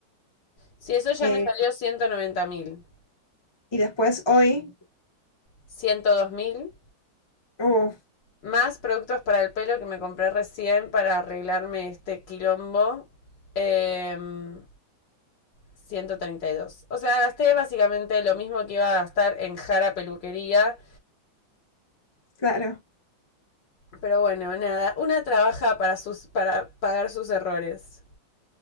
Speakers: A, on the left (about 65°); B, on the left (about 15°).
A: Si eso ya
B: eh,
A: me salió ciento noventa mil,
B: y después hoy.
A: ciento dos mil,
B: Uf,
A: más productos para el pelo que me compré recién para arreglarme este quilombo, eh, ciento treinta y dos O sea, gasté básicamente lo mismo que iba a gastar en Jara Peluquería,
B: claro.
A: pero bueno, nada, una trabaja para, sus, para pagar sus errores.